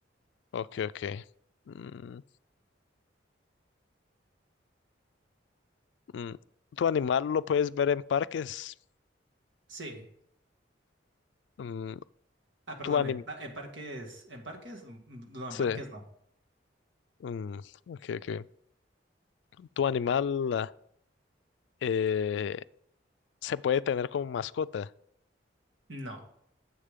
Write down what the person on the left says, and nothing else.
Ok, ok. Mm, mm, ¿Tu animal lo puedes ver en parques?
Mm,
¿Tu anim-
sí,
mm, ok, ok. ¿Tu animal ah, eh, se puede tener como mascota?